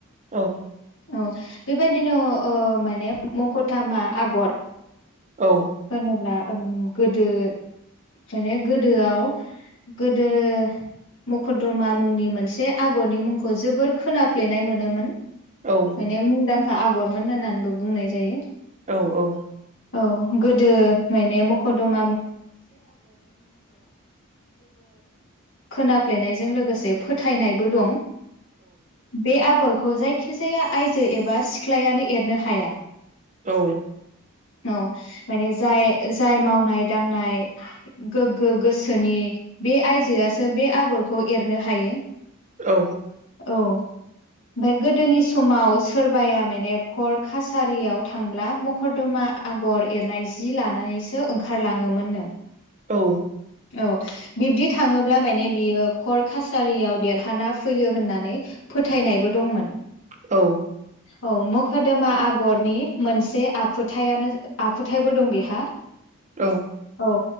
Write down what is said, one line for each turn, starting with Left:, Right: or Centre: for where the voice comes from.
Right: औ।
Left: औ बेबायदिनो ओ माने मखर थामा आगर
Right: औ।
Left: होनोब्ला ओम गोदो माने गोदोआव गोदो मकर्दमा मुंनि मोनसे आगरनि मुंखौ जोबोर खोनाफ्लेनाय मोनोमोन।
Right: औ।
Left: माने मुंदांखा आगरमोन होननानैबो बुंनाय जायो।
Right: औ औ।
Left: औ जोबोद खोनाफ्लेनायजों लोगोसे फोथायनायबो दं। बे आगरखौ जायखिजाया आइजो एबा सिख्लायानो एरनो हाया।
Right: औ।
Left: औ माने जाय जाय मावनाय दांनाय गोगो गोसोनि बे आयजोआसो बे आगरखौ एरनो हायो।
Right: औ।
Left: औ ओमफाय गोदोनि समाव सोरबाया मा नेपकर कासारियाव थांब्ला मकरदमा आगर एरनाय जि लानानैसो सो ओंखार लाङोमोननो।
Right: औ
Left: औ बिब्दि थाङोब्ला माने बियो कर्ट कासारियाव देरहाना फैयो होननानै फोथायनायबो दंमोन।
Right: औ
Left: औ मखरदोमा आगरनि मोनसे आखुथायानो आखुथायबो दं बेहा।
Right: औ
Left: औ